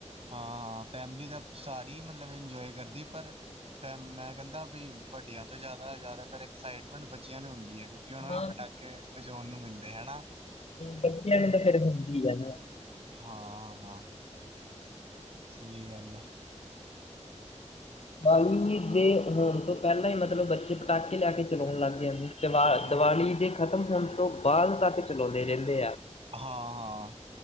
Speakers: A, on the right; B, on the left.
A: ਹਾਂ ਫੈਮਿਲੀ ਤਾ ਸਾਰੀ ਮਤਲਬ ਇੰਜੋਏ ਕਰਦੀ ਪਰ ਫ ਮੈਂ ਕੈਂਦਾ ਬੀ ਵੱਡੇਆਂ ਤੋਂ ਜਾਦਾ ਜਾਦਾਤਰ ਐਕਸਾਈਟਮੈਂਟ ਬੱਚੇਆਂ ਨੂੰ ਹੁੰਦੀ ਐ ਕਿਉਂ ਕਿ ਓਨਾ ਨੂੰ
B: ਹਾਂ
A: ਪਟਾਕੇ ਵਜਉਣ ਨੂੰ ਮਿਲਦੇ ਹੈਨਾ।
B: ਬੱਚੇਆਂ ਨੂੰ ਤੇ ਫੇਰ ਹੁੰਦੀ ਐ ਨਾ।
A: ਹਾਂ ਹਾਂ। ਸਈ ਗੱਲ ਐ।
B: ਦੀਵਾਲੀ ਦੇ ਹੋਣ ਤੋਂ ਪੈਲਾਂ ਈ ਮਤਲਬ ਬੱਚੇ ਪਟਾਕੇ ਲੇਆ ਕੇ ਚਲਾਉਣ ਲੱਗ ਜਾਂਦੇ। ਦੀਵਾ
A: ਹਮ
B: ਦੀਵਾਲੀ ਦੇ ਖ਼ਤਮ ਹੋਣ ਤੋਂ ਬਾਦ ਤੱਕ ਚਲਾਉਂਦੇ ਰੇਂਦੇ ਆ।
A: ਹਾਂ ਹਾਂ,